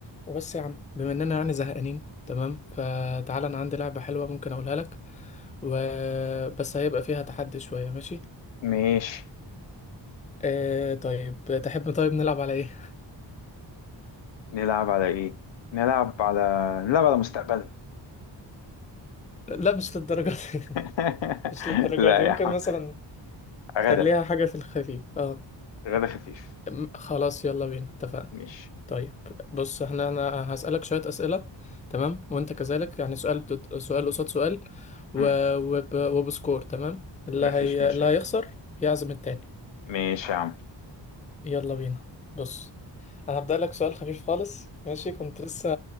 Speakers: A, on the left (about 15°); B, on the left (about 70°).
A: وبس يا عم بما اننا يعني زهقانين تمام فتعال انا عندي لعبة حلوة ممكن اقولها لك وبس هيبقى فيها تحدي شوية ماشي
B: ماشي
A: آه طيب تحب طيب نلعب على ايه
B: نلعب على ايه نلعب على نلعب على مستقبلنا
A: <laughs> لا مش للدرجة دي
B: <laughs>
A: <laughs> مش للدرجة
B: لا
A: دي ممكن
B: يا عم
A: مثلا
B: غدا
A: خليها حاجة في الخفيف اه
B: غدا خفيف
A: م- خلاص يلا بينا اتفقنا
B: ماشي
A: طيب بص احنا انا هسألك شوية أسئلة تمام وانت كذلك يعني سؤال ضد- سؤال قصاد سؤال و...
B: مم.
A: وب... وبسكور تمام اللي
B: مفيش
A: هي
B: مشاكل
A: اللي هيخسر يعزم التاني
B: ماشي يا عم
A: يلا بينا بص انا هبدأ لك سؤال خفيف خالص ماشي كنت لسه